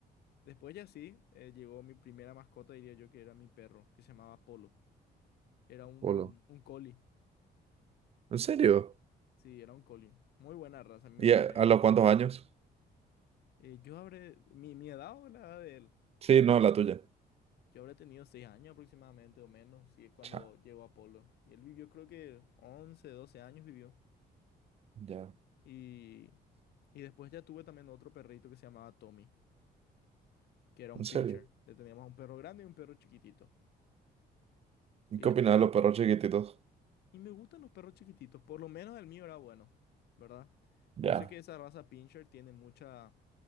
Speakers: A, on the left; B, on the right.
A: después ya sí, eh, llegó mi primera mascota, diría yo, que era mi perro, que se llamaba Polo. Era un,
B: Hola.
A: un collie.
B: ¿En serio?
A: Sí, era un collie. Muy buena raza. a mí me-
B: ¿Y a,
A: me-
B: a los cuántos años?
A: eh, yo habré. ¿Mi, mi edad o la edad de él?
B: Sí, no, la tuya.
A: Yo habré tenido seis años aproximadamente o menos, si es cuando
B: Chao.
A: llegó Apolo. Y él vivió creo que 11 12 años vivió.
B: Ya.
A: Y, y después ya tuve también otro perrito que se llamaba Tommy, que era
B: ¿En
A: un
B: serio?
A: pincher. Le teníamos un perro grande y un perro chiquitito.
B: ¿Y
A: Y
B: qué
A: después...
B: opinas
A: a-
B: de los perros chiquititos?
A: y me gustan los perros chiquititos, por lo menos el mío era bueno, ¿verdad?
B: Ya.
A: Yo sé que esa raza pincher tiene mucha...